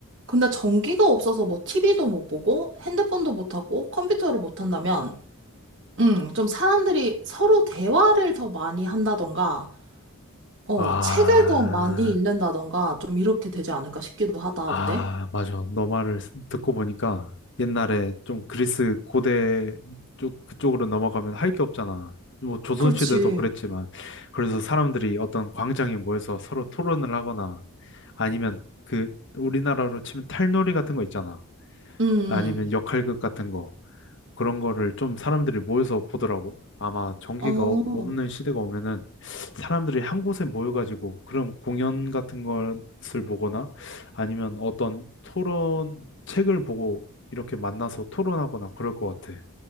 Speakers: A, on the right; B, on the left.
A: 근데 전기가 없어서 뭐 TV도 못 보고 핸드폰도 못 하고 컴퓨터를 못 한다면 음, 좀 사람들이 서로 대화를 더 많이 한다던가 어,
B: 아.
A: 책을 더 많이 읽는다던가 좀 이렇게 되지 않을까 싶기도 하다.
B: 아,
A: 어때?
B: 맞아. 너 말을 쓰- 듣고 보니까 옛날에 좀 그리스 고대 쪽, 그쪽으로 넘어가면 할 게 없잖아. 뭐 조선시대도
A: 그렇지.
B: 그랬지만. 그래서 사람들이 어떤 광장에 모여서 서로 토론을 하거나 아니면 그 우리나라로 치면 탈놀이 같은 거 있잖아.
A: 음. 음.
B: 아니면 역할극 같은 거. 그런 거를 좀 사람들이 모여서 보더라고. 아마 전기가
A: 어.
B: 어- 없는 시대가 오면은 사람들이 한 곳에 모여가지고 그런 공연 같은 것을 보거나 아니면 어떤 토론 책을 보고 이렇게 만나서 토론하거나 그럴 것 같아.